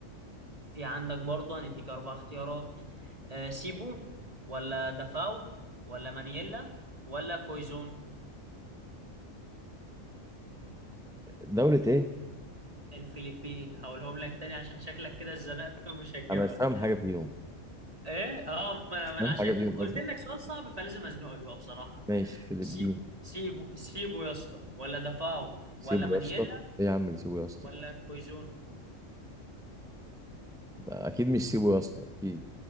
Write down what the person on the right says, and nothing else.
في عندك برضه هنديك اربع اختيارات آه، سيبو ولا دافاو ولا مانيلا ولا كويزون
الفلبين هقولهم لك تاني عشان شكلك كده اتزنقت ومش هتجيبها
ايه اه ما انا
ما
انا عشان
قلت
لك سؤال صعب فلازم ازنقك بقى بصراحه
سيب سيبو سيبو يا اسطى ولا دفاعه
ولا مانييلا
ولا كويزون